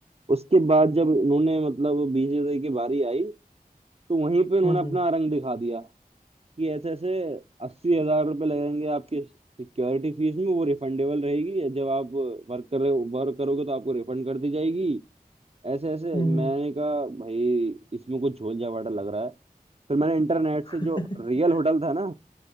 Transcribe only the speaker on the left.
हम्म
हम्म
हम्म
हम्म,
<laughs>